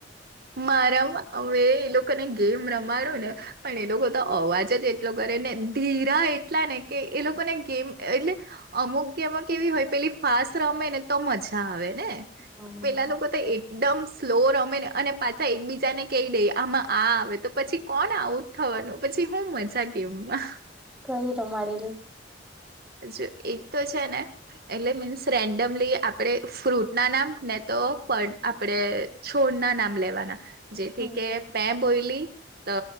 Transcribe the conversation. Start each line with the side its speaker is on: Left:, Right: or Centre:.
Right: મારા વે એ લોકોને ગેમ રમાડુ ને, પણ એ લોકો તો અવાજ જ એટલો કરે ને ધીરા એટલા ને કે એ લોકોને ગેમ એટલે અમુક એમાં કેવી હોય પેલી ફાસ્ટ રમે ને તો મજા આવે ને,
Centre: હમ
Right: પેલા લોકો તો એકદમ સ્લો રમે ને અને પાછા એકબીજાને કહી દઈ આમાં આ આવે તો પછી કોણ આવું. થવાનું પછી હું મજા ગેમમાં,
Centre: કઇ રમાડેલી,
Right: જો એક તો છે ને, એટલે મીન્સ રેન્ડમલી આપણે ફ્રૂટના નામ ને તો ફળ-આપણેે છોડ નામ લેવાના
Centre: હમ
Right: કે મેં બોયલી તો